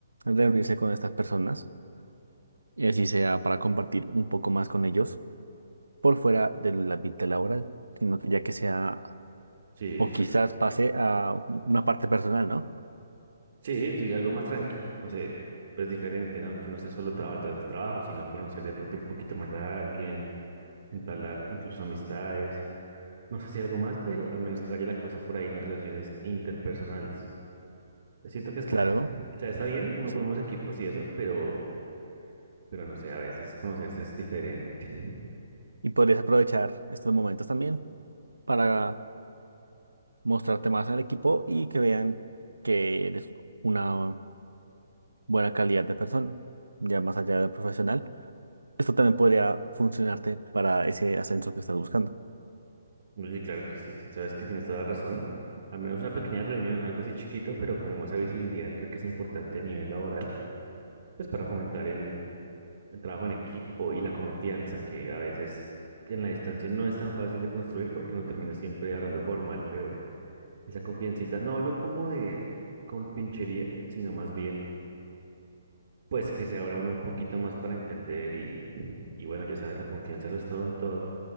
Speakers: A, on the right (about 80°); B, on the right (about 55°).
A: reunirse con estas personas y así sea para compartir un poco más con ellos por fuera de la vida laboral, sino que ya que sea
B: sí, de
A: o
B: acuerdo.
A: quizás pase a una parte personal, ¿no?
B: Sí, sí, algo más tranquilo, no sé, pues diferente, ¿no? Que no sea solo trabajar tras de trabajo, sino conocer de pronto un poquito más a alguien, entablar incluso amistades, no sé si algo más, pero al menos que vaya la cosa por ahí en las relaciones interpersonales. Siento que es clave.
A: Claro,
B: O sea, está bien, uno
A: sí.
B: forma los equipos y eso, pero, pero no sé, a veces conocerse es diferente.
A: Y podrías aprovechar estos momentos también. para mostrarte más al equipo y que vean que eres una buena calidad de persona, ya más allá de profesional. Esto también podría funcionarte para ese ascenso que estás buscando.
B: Oye, claro que sí, ti- sabes que tienes toda la razón. Al menos una pequeña reunión, algo así chiquito, pero con esa visibilidad creo que es importante a nivel laboral, pues para fomentar el, el trabajo en equipo y la confianza, que a veces en la distancia no es tan fácil de construir porque uno termina siempre hablando formal, pero esa confiancita, no hablo como de compinchería, sino más bien, pues que se abra uno un poquito más para entender y, y bueno, ya sabes, la confianza lo es todo en todo.